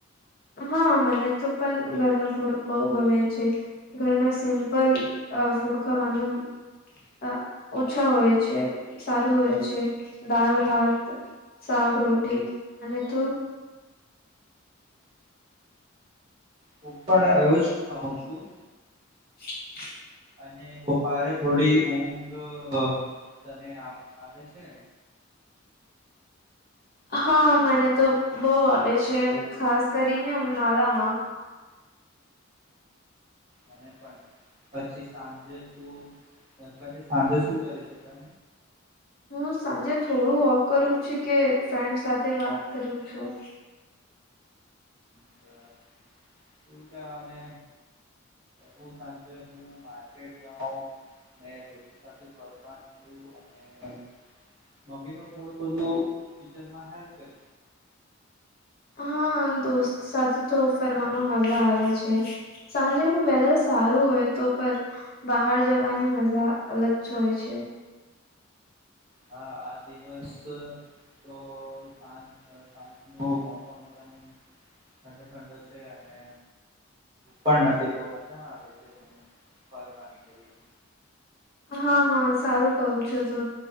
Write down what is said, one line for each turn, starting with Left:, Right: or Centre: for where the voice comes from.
Left: હા મને તો પણ ઘર ન ફૂડ બહુ ગમે છે. ઘર ન સિમ્પલ ફૂડ ખાવાનું અ ઓછા હોય છે સારું હોય છે દાલ ભાત શાક રોટીલી અને તું
Right: હું પણ એ જ ખઉં છું
Left: <inaudible>
Right: અને બપોર થોડી ઊંઘ તને આવે છે.
Left: હા મને તો બહુ આવે છે ખાસ કરીને ઉનાળામાં <inaudible>
Right: મને પણ પછી સાંજે શું પછી સાંજે શું કરે છે, તો
Left: હું સાંજે થોડું ઓફ કરું છું, કે ફ્રેન્ડ સાથે વાત કરું છું.
Right: <unintelligible> તું સાંજે, હું સાંજે, હું માર્કેટ જાઉં મેં રોજ ફ્રેન્ડ સાથે ફરવા નીકળ્યું, અને મમ્મી ન થોડું બધું કિચનમાં હેલ્પકર
Left: હા દોસ્ત સાથે તો ફરવામાં મજા આવે છે, સાંજેનું વેધર સારું હોયતો પણ બહાર જવાની મજા અલગ જ હોય છે.
Right: હાઆ દિવસ, તો સાંજ ના મોસમ <unintelligible> ઠંડો ઠંડો છે, અને પણ નથી તો મજા આવે છે, ફરવાની નીકળીને
Left: હા, હા સારું કંઈ છો, તો